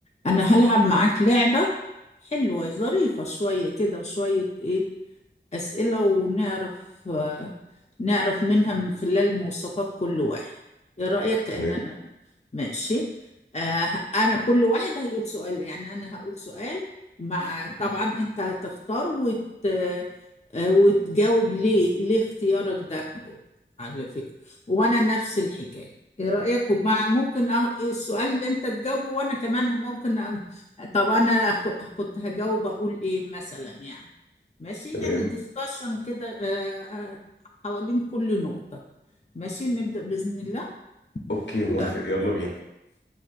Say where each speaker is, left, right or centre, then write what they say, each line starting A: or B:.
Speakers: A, on the left; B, on the left.
A: انا هلعب معاك لعبة حلوة ظريفة شوية كده وشوية ايه أسئلة ونعرف آه، نعرف منها من خلال مواصفات كل واحد ايه رأيك كأننا
B: تمام
A: ماشي آه انا كل واحد هيقول سؤال يعني انا هقول سؤال مع طبعا انت هتختار وت... آه، وتجاوب ليه ليه اختيارك ده على فكرة وانا نفس الحكاية ايه رأيك ومع ممكن أه- السؤال اللي انت تجاوبه وانا كمان ممكن أ... طب انا ك- كنت هجاوب اقول ايه مثلا يعني ماشي
B: تمام
A: يعني ديسكشن كده آه، آه، حوالين كل نقطة ماشي نبدأ بإذن الله
B: اوكي موافق
A: يلا.
B: يلا بينا